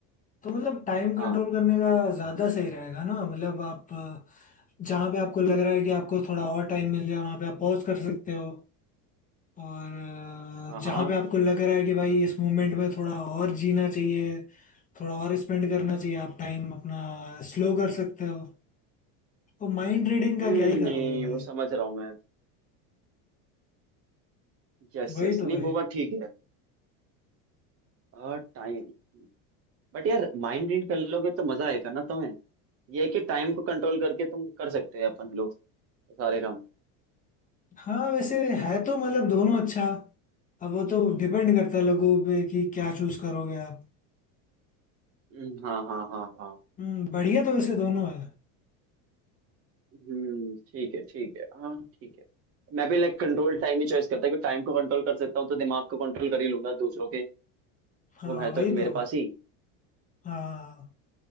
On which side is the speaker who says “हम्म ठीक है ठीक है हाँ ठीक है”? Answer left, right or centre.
Right